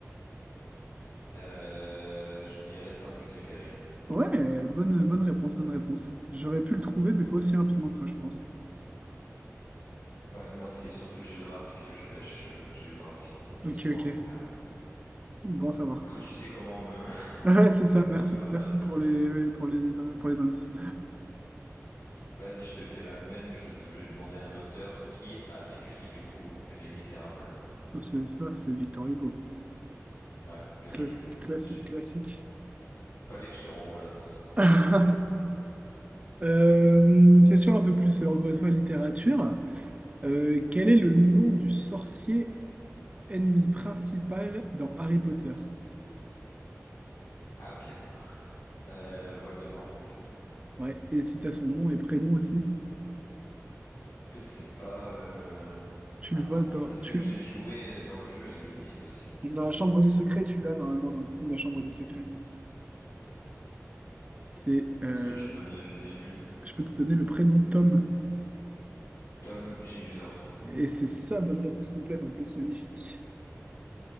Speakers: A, on the left (about 85°); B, on the right (about 25°).
A: Euh, je dirais Saint-Exupéry.
B: Ouais, euh, bonne, bonne réponse, bonne réponse. J'aurais pu le trouver, mais pas aussi rapidement que toi, je pense.
A: Ouais, moi, c'est surtout géographie que je pêche, euh, géographie, euh,
B: Ok,
A: histoire,
B: ok.
A: carrément.
B: Bon à savoir.
A: Du coup,
B: <laughs>
A: tu sais comment me
B: Ouais,
A: <laughs>
B: c'est
A: me-
B: ça. Merci,
A: m'abattre.
B: merci pour les, pour les, pour les indices.
A: Vas-y, je te fais la même. Je te je vais demander à un auteur qui a écrit du coup Les Misérables.
B: Donc, c'est- Ça, c'est Victor Hugo.
A: Ouais, bien
B: Clas-
A: joué.
B: classique,
A: J'ai-
B: classique.
A: Fallait que je te renvoie l'ascenseur.
B: <laughs> Euh, question un peu plus, euh, encore une fois, littérature. Euh, quel est le nom du sorcier ennemi principal dans Harry Potter?
A: Ah ok. Euh, Voldemort, du coup.
B: Ouais, et si tu as son nom et prénom aussi,
A: Que c'est pas. euh,
B: tu
A: Attends,
B: le vois dans,
A: je- parce
B: tu,
A: que j'ai joué euh, dans le jeu, ils le disent aussi.
B: dans la chambre des secrets, tu l'as normalement dans le film La chambre des secrets. C'est,
A: Est-ce
B: euh,
A: que tu peux me donner le début?
B: je peux te donner le prénom Tom.
A: Tom Jedusor.
B: Et c'est ça, bonne réponse complète en plus, magnifique.